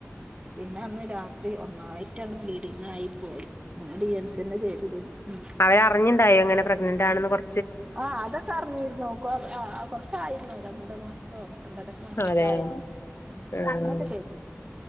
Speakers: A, on the right; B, on the left.
A: പിന്നെ അന്ന് രാത്രി ഒന്നായിട്ടാണ് ബ്ലീഡിങ് ആയി പോയി ഡി എൻസിെ ചെയ്തു ഉം
B: അവര അറിഞ്ഞുണ്ടായോ അങ്ങനെ പ്രഗ്നന്റ് ആണെന്ന് കുറ
A: ആഹ അതൊക്കെ അറിഞ്ഞിരുന്നു കൊ ആ കൊറച്ചായിരുന്നു രണ്ടു മാസം രണ്ടര മാസൊക്കെ
B: അതെയോ
A: ആയിരുന്നു അറന്നൊക്കെ
B: ആഹ്
A: ചെയ്